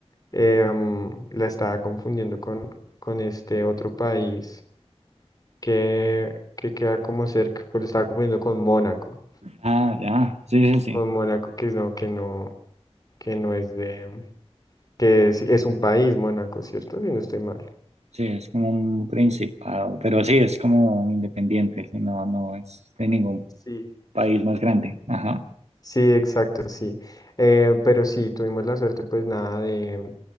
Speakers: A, on the left; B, on the right.
A: eh, mm, la estaba confundiendo con, con este otro país que, que queda como cerca, con- estaba confundiendo con Mónaco,
B: Ah, ya, sí, sí, sí.
A: con Mónaco que no, que no, que no es de, que es, es un país Mónaco, ¿cierto? Si no estoy mal.
B: Sí, es como un principado, pero sí, es como independiente, sí, no, no es de ningún
A: Sí.
B: país más grande. Ajá.
A: Sí, exacto, sí. Eh, pero sí, tuvimos la suerte, pues nada, de,